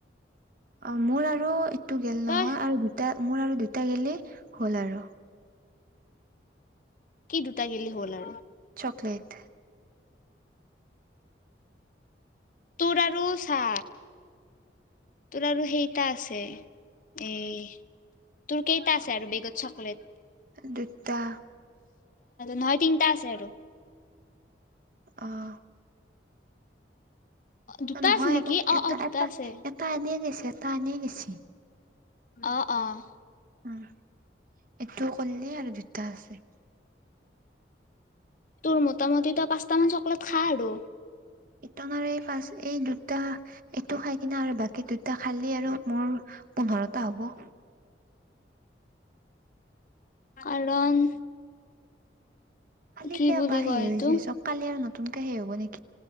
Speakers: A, on the right (about 50°); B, on the left (about 45°).
A: অ', মোৰ আৰু এইটো গেল নহয়,
B: তই
A: আৰু দুটা-মোৰ আৰু দুট তে গে'লি, হ'ল আৰু।
B: কি দুটা গে'লি হ'ল আৰু?
A: চকলেট
B: তোৰ আৰু চা তোৰ আৰু হেৰিটা আছে, এই, তোৰ কেইটা আছে আৰু বেগত চকলেট?
A: দুটা
B: নহয়, তিনিটা আছে আৰু।
A: অ'।
B: দুটা
A: নহয়,
B: আছে নেকি অ
A: এটা-এটা-এটা-এটা
B: অ দুটা আছে অ
A: এনেই গেইছি এটা এনেই গেইছি।
B: অ' অ'।
A: উম, এইটো কৰিলে আৰু দুটা আছে।
B: তোৰ মোটামুটি তই পাঁচটামান চকলেট খা আৰু।
A: ইটনৰে আৰু এই ফাছ এই দুটা, এইটো খাই কিনে আৰু বাকী দুটা খাইলী আৰু মোৰ পোন্ধৰ টা হ'ব।
B: কাৰণ
A: কালি
B: কি
A: কিয়
B: বুলি
A: বা সে
B: কয়
A: হৈ
B: এইটো
A: যায় চব কালি আৰু ন নতুকে হব নেকি?